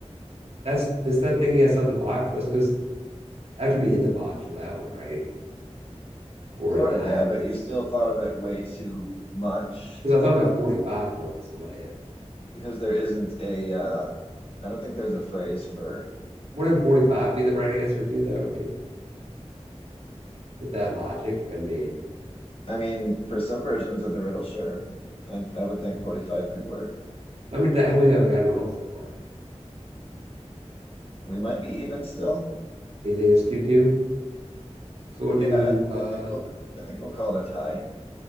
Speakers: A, on the right; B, on the left.
A: that's it's that thinking outside the box. That's just I have to be in the box for that one, right? Or
B: Sort
A: a nine,
B: of, yeah, but
A: because
B: you still thought of it way too much
A: because I
B: because
A: thought about 45 once in my head.
B: because there isn't a uh I don't think there's a phrase for
A: Wouldn't 45 be the right answer too, though? I mean, with that logic, I mean,
B: I mean, for some versions of the riddle, sure. I, I would think
A: okay.
B: 45 could work.
A: I mean, how many have I gotten wrong so far?
B: We might be even still.
A: Do you think it's two two? So we'll
B: Yeah,
A: do uh
B: I, I think we'll I think we'll call it a tie.